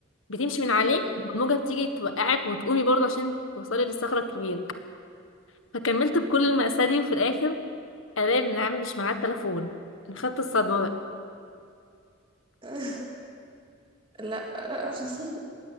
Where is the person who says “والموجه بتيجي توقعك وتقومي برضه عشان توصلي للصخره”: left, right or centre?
Left